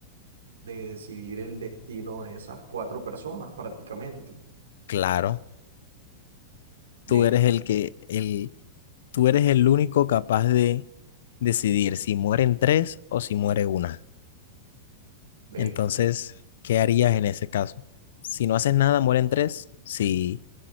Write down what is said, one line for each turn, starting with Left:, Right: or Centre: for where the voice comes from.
Right: de decidir el destino de esas cuatro personas prácticamente.
Left: claro.
Right: Bestia,
Left: Tú eres el que, el, tú eres el único capaz de decidir si mueren tres o si muere una.
Right: bestia.
Left: Entonces, ¿qué harías en ese caso? Si no haces nada, mueren tres. Si